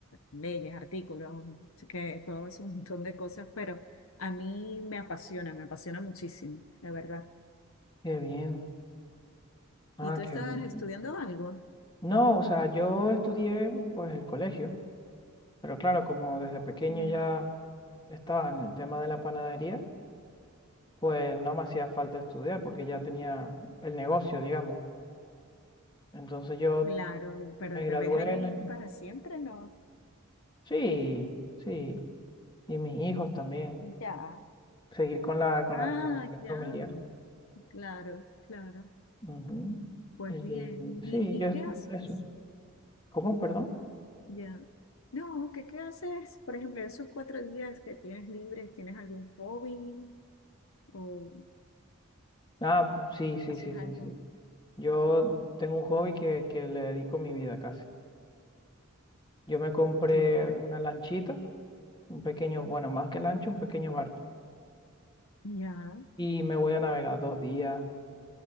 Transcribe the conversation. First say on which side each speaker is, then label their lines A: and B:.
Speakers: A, on the left; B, on the left.
A: leyes, artículos, así que todo es un montón de cosas, pero a mí me apasiona, me apasiona muchísimo, la verdad.
B: Qué bien. Ah,
A: ¿Y tú
B: qué
A: estás
B: bien.
A: estudiando algo?
B: No, o sea, yo estudié pues el colegio, pero claro, como desde pequeño
A: Mm,
B: ya estaba en el tema de la panadería, pues no me hacía falta estudiar porque ya tenía el negocio, digamos. Entonces yo
A: claro, pero
B: me gradué
A: te ves allí
B: en el...
A: para siempre, ¿no?
B: Sí, sí. Y mis hijos también.
A: Ya.
B: Seguir con la, con
A: Ah,
B: la tradición
A: ya,
B: familiar.
A: claro, claro.
B: Ujú.
A: Pues
B: Y
A: bien. ¿Y,
B: sí,
A: y
B: yo
A: qué haces?
B: eso. ¿Cómo, perdón?
A: Ya. No, ¿qué, qué haces? Por ejemplo, esos cuatro días que tienes libres, ¿tienes algún hobby o
B: Ah, p- sí, sí,
A: haces
B: sí, sí,
A: algo
B: sí. Yo tengo un hobby que, que le dedico mi vida casi. Yo me compré
A: que cual?
B: una lanchita, un pequeño, bueno, más que lancha, un pequeño barco.
A: Ya,
B: Y me voy a navegar dos días,